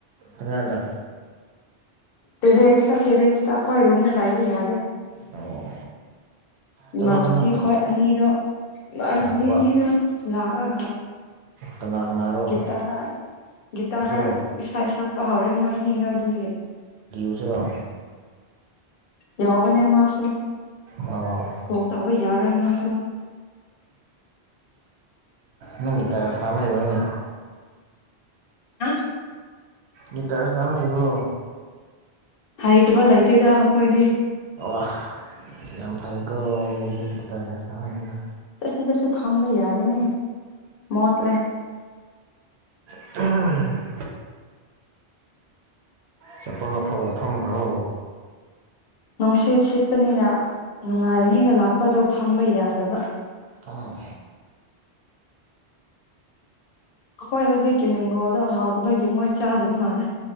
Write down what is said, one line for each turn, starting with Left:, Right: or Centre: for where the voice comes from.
Right: ꯑꯗ ꯑꯗ
Left: ꯇꯦꯔ ꯏꯠ ꯇ ꯇꯦꯔ ꯏꯠꯁ ꯍꯣꯏ ꯔꯨꯝꯝꯅ ꯂꯥꯏꯕ ꯌꯥꯗꯦ
Right: ꯑꯣ ꯆꯠꯂꯣ
Left: ꯏꯃꯥꯟꯅꯕꯤꯈꯣꯏ
Right: ꯆꯠꯂꯣ
Left: ꯑꯅꯤꯗꯣ ꯏꯃꯥꯟꯅꯕꯤ
Right: ꯂꯥꯛꯄ꯭ꯔꯥ
Left: ꯑꯅꯤꯗꯣ ꯂꯥꯛꯑꯒ
Right: ꯀꯅꯥ ꯀꯅꯥꯔꯣ
Left: ꯒꯤꯇꯥꯔ ꯒꯤꯇꯥꯔ
Right: ꯁꯨꯔꯣ
Left: ꯏꯁꯥ ꯁꯛꯄ ꯍꯧꯥꯎꯔꯦ ꯃꯣꯏꯅꯤꯗꯣ ꯑꯗꯨꯒꯤꯁꯦ
Right: ꯎꯁꯔꯣ
Left: ꯌꯥꯎꯅꯦ ꯃꯥꯁꯨ
Right: ꯑꯥꯎ ꯑꯥꯎ
Left: ꯀ ꯇ ꯍꯕ ꯌꯥꯔ ꯔ ꯃꯥꯁꯨ
Right: ꯅꯪꯒꯤ ꯇꯔ ꯁꯅꯥꯕꯅꯤ
Left: ꯑ
Right: ꯒꯤꯇꯔꯁꯅꯥ ꯍꯥꯏꯥꯏꯕꯣ
Left: ꯍ ꯇꯕ ꯂ ꯂꯩꯇꯦꯗ ꯍꯈꯣꯏꯣꯏꯗꯤ
Right: ꯑ ꯌꯥꯝ ꯐꯩꯀꯣ ꯃꯤꯗꯤꯇꯥꯔꯦ ꯁ ꯍꯥꯏꯗꯅ
Left: ꯑꯁꯤ ꯑꯁꯤꯗꯁꯨ ꯐꯝꯝꯕ ꯌꯥꯗꯦꯅꯦ ꯃꯣꯠꯂꯦ
Right: ꯊꯔꯦ ꯆꯇꯣꯒꯊꯊꯧ ꯋꯥꯊꯝꯈꯣ
Left: ꯅꯨꯡꯁꯤꯠ ꯁꯤꯠꯄꯅꯤꯅ ꯅꯨꯡꯉꯥꯏꯕꯅꯤꯅ ꯂꯥꯛꯄꯗꯣ ꯐꯝꯕ ꯌꯥꯗꯕ
Right: ꯑꯥ
Left: ꯑꯩꯈꯣꯏ ꯍꯧꯖꯤꯛꯀꯤ ꯃꯦꯡꯒꯣꯗ ꯍꯥꯎꯗꯕꯒꯤ ꯃꯣꯏ ꯆꯥꯗꯕ ꯃꯥꯜꯂꯦ